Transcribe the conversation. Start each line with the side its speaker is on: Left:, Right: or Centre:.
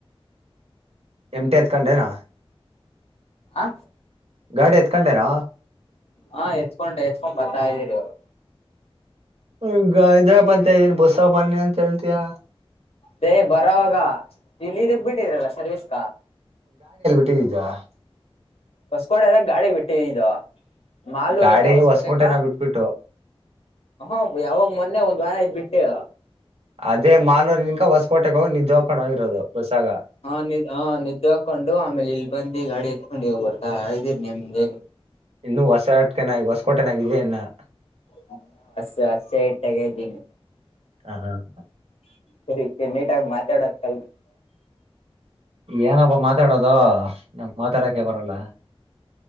Right: ಎಮ್ ಟಿ ಎತ್ಕೊಂಡೆನಾ
Left: ಹ
Right: ಗಾಡಿ ಎತ್ಕೊಂಡೆನ
Left: ಹಾ ಎಚ್ಕೊಂಡು ಹೆಚ್ಕೊಂಡ್ ಬರ್ತಾ ಇದ್ದೀರಿ ಅವರು
Right: ಈ ಹೈದ್ರಾ ಬ ಅಂತ ಇದ್ದೀನಿ ಬಸ ಬನ್ನಿ ಅಂತ ಹೇಳ್ತಯಾ
Left: ದೇ ಬರವಾಗ ಇಲ್ಲ ಇದಕ್ ಬಿಟ್ಟಿದ್ರಲ್ಲ ಸರ್ವಿಸಸ್
Right: <unintelligible>
Left: ಹೊಸ್ಕೋಡೆ ಎದಾಗ ಗಾಳಿ ಬಿಟ್ಟಿದಿದ ಮಾಲೂರಿಂದ
Right: ಗಾಡಿ
Left: ಹೊಸ್ಕೋಟಕ್ಕ
Right: ಹೊಸಕೋಟೆನ ಬಿಟ್ಬಿಟ್ಟು
Left: ಹ ಯಾವಾಗ ಮೊನ್ನೆ ಒ ದ್ವಾರ ಐ ಬಿಟ್ಟೆವೂ
Right: ಅದೇ ಮಾಲ ನಿನ್ ಹೊಸ್ಕೋಟೆ ಹೋಗಿ ನಿದ್ದೆ ಹೋಗ್ಕೊಂಡು ಹೋಗಿರೋದು ಬಸ್ಸಾಗ
Left: ಹಾ ನಿ ಹಾ ನಿದ್ದೆ ಹಾಕೊಂಡು ಆಮೇಲೆ ಇಲ್ಲಿ ಬಂದಿ ಗಾಡಿ ಎತ್ಕೊಂಡಿ ಹೋಗ್ಬ ಹ ಹ್ದೀರಿ ನಿಮ್ದೇ
Right: ಇನ್ನು ಹೊಸಕನ ಹೊಸಕೋಟೆನಾಗಾಗಿದೆ ಇನ್ನ
Left: ಹ ಹಸ ಹಸೆ ಇಟ್ಟಾಗ ಇದ್ದೀನಿ
Right: ಹಾ ಹಾ ಹ
Left: ಸಕ್ಕೆ ನೀಟಾಗಿ ಮಾತಾಡದ ಕಲ್
Right: ಏನಪ್ಪಾ ಮಾತಾಡೋದು ನ ಮಾತಾಡಕೆ ಬರಲ್ಲ